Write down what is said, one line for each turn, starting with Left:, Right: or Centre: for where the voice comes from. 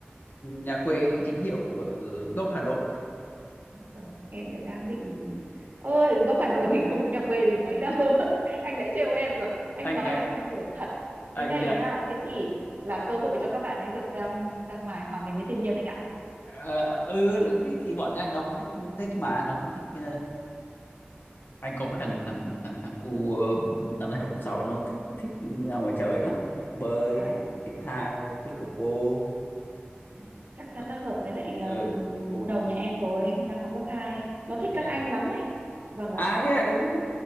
Left: nhà quê chính hiệu ở gốc Hà Nội
Right: rồi em lại đang định ơi góc Hà Nội thì không có nhà quê gì mấy đâu <laughs> anh lại trêu em rồi anh
Left: anh
Right: nói
Left: anh
Right: làm em tưởng thật
Left: anh
Right: thế này
Left: dạy
Right: nha thế thì là cơ hội cho các bạn ấy được ra ra ngoài hòa mình với thiên nhiên anh ạ
Left: ờ, ừ thì, thì thì bọn anh nó cũng thích thích mà nó cũng thích ờ, anh có một thằng thằng thằng thằng cu ờ, năm nay học lớp sáu nó thích thích ra ngoài trời lắm thích bơi
Right: đấy
Left: thích thể thao pickleball
Right: Đấy, chắc chắn
Left: Ờ,
Right: là hợp với lại ờ,
Left: ừ
Right: thằng cụ đầu nhà em rồi đang học lớp 2 nó thích
Left: thế
Right: các
Left: à
Right: anh lắm ấy vâng
Left: À
Right: ạ
Left: thế à, ừ thế